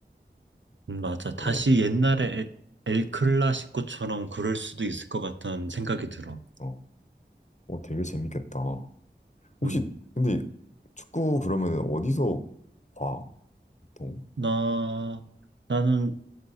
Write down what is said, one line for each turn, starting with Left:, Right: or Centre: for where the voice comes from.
Right: 음, 맞아. 다시
Left: 어,
Right: 옛날에 엘, 엘클라시코처럼 그럴 수도 있을 것 같다는 생각이 들어.
Left: 어, 어 되게 재밌겠다 혹시
Right: 음.
Left: 근데 축구 그러면 어디서 봐 보통?
Right: 나, 나는